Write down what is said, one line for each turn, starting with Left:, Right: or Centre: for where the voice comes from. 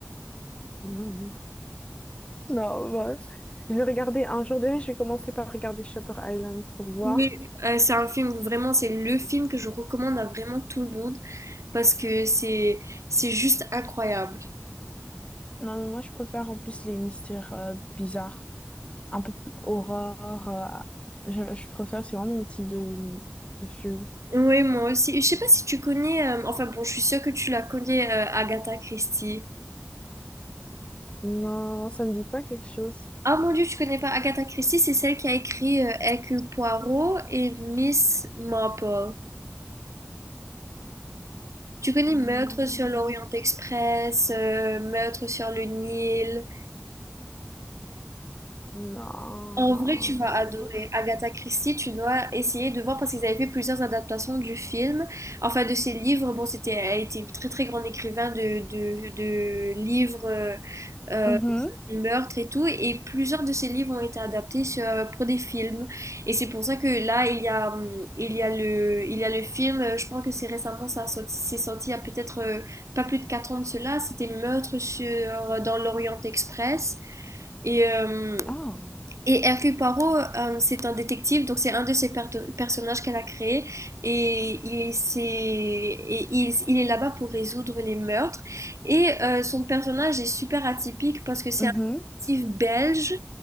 Left: Mm. Non, bah, Je vais regarder un jour déjà. Je vais commencer par regarder Shutter Island pour voir.
Right: Oui, euh, c'est un film, vraiment, c'est le film que je recommande à vraiment tout le monde parce que c'est c'est juste incroyable.
Left: Non, mais moi, je préfère en plus les mystères euh, bizarres, un peu plus horreur. euh, je, je préfère, c'est vraiment mon type de, de film.
Right: Oui, moi aussi. Je sais pas si tu connais, euh, enfin bon, je suis sûre que tu la connais, euh, Agatha Christie.
Left: Non, ça me dit pas quelque chose.
Right: Ah mon Dieu, tu connais pas Agatha Christie, c'est celle qui a écrit euh, Hercule Poirot et Miss Marple. Tu connais Meurtre
Left: Non.
Right: sur l'Orient Express, euh, Meurtre sur le Nil.
Left: Non.
Right: En vrai, tu vas adorer. Agatha Christie, tu dois essayer de voir parce qu'ils avaient fait plusieurs adaptations du film, enfin de ses livres. Bon, c'était, elle était une très très grande écrivain de, de, de livres euh, euh,
Left: Mhm.
Right: sur le meurtre et tout, et plusieurs de ses livres ont été adaptés sur- euh, pour des films. Et c'est pour ça que là, il y a, hum, il y a le, il y a le film. euh, Je pense que c'est récemment, ça a sorti- c'est sorti il y a peut-être euh, pas plus de 4 ans de cela. C'était Meurtre sur euh, dans l'Orient Express. Et, euh,
Left: Ah.
Right: et Hercule Poirot, euh, c'est un détective, donc c'est un de ses perto- personnages qu'elle a créé. Et il, c'est- et il, il est là-bas pour résoudre les meurtres. Et euh, son personnage est super atypique parce que c'est
Left: Mhm.
Right: un détective belge